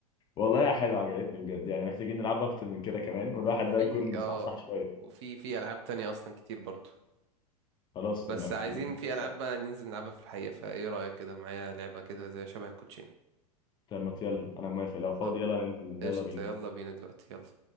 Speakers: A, on the left; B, on the right.
A: والله يا حلو عجبتني بجد يعني محتاجين نلعب اكتر من كده كمان والواحد
B: وفي
A: ده يكون مصحصح
B: اه
A: شويه
B: وفي في العاب تانية اصلا كتير برضو
A: خلاص
B: بس
A: نبقى محتاجين
B: عايزين
A: نتفق.
B: في العاب بقى ننزل نلعبها في الحقيقة فايه رأيك كده معايا لعبة كده زي شبه الكوتشينة
A: طب ما يلا انا موافق لو فاضي
B: طب
A: يلا ننزل
B: قشطة
A: يلا بينا
B: يلا بينا دلوقتي يلا